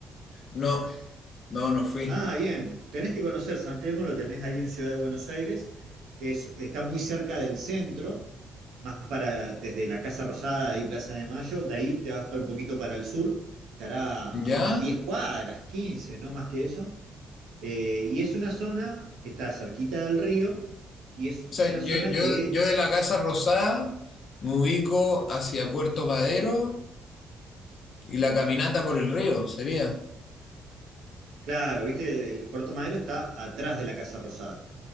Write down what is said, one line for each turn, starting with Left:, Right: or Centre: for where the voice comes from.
Left: No, no, no fui.
Right: Ah, bien. Tenés que conocer San Telmo, lo tenés ahí en Ciudad de Buenos Aires. Es, está muy cerca del centro, más para desde la Casa Rosada, ahí Plaza de Mayo. De ahí te vas para un poquito para el sur. Estará
Left: ¿Ya?
Right: a unas 10 cuadras, 15, no más que eso. Eh, y es una zona que está cerquita del río y es
Left: O sea,
Right: una
Left: yo,
Right: zona
Left: yo,
Right: que,
Left: yo de la Casa Rosada me ubico hacia Puerto Madero y la caminata por el río sería.
Right: claro, viste, el Puerto Madero está atrás de la Casa Rosada.